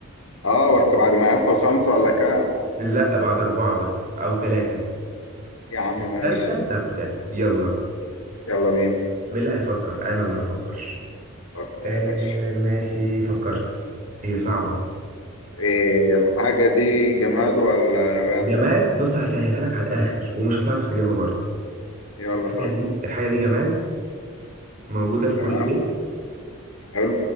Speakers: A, on the left; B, on the right.
A: اه بس بعد ما يقفل خمسة ولا كام
B: لا بعد اربعة بس او ثلاثة
A: يا عم
B: الثالثة
A: ماشي
B: ثابتة يلا
A: يلا بينا
B: مين اللي هيفكر انا اللي هفكر
A: فكر
B: آه
A: يا باشا
B: ماشي فكرت هي صعبة
A: ايه الحاجة دي جماد ولا نبات
B: جماد بص هسهلها لك على الاخر ومش هتعرف تجيبها برضه
A: يلا
B: الحاجة
A: طيب
B: دي الحاجة دي جماد موجودة في كل
A: تمام
B: بيت
A: حلو